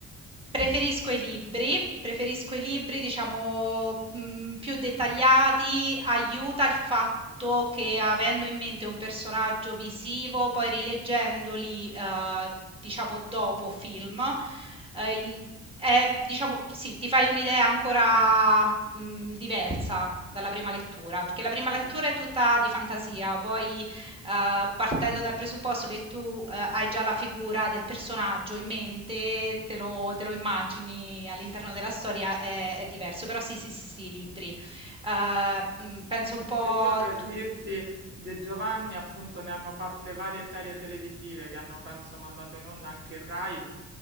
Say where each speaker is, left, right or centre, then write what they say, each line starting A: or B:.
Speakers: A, on the right (about 20°); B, on the right (about 35°).
A: Preferisco i libri, preferisco i libri diciamo, mhmm, più dettagliati, aiuta il fatto che avendo in mente un personaggio visivo, poi rileggendoli, uhm, diciamo dopo film, ehm, il è diciamo sì, ti fai un'idea ancora, mhmm, diversa dalla prima lettura, perché la prima lettura
B: Sì.
A: è tutta di fantasia, poi uhm, partendo dal presupposto che tu, uhm, hai già la figura del personaggio in mente, te lo te lo immagini all'interno della storia, è è diverso. Però sì, sì, sì, sì, libri. Uhm, mhmm, penso un
B: Perché
A: po'
B: io per
A: tu
B: dirti, De Giovanni appunto ne hanno fatte varie serie televisive che hanno penso mandato in onda anche il Rai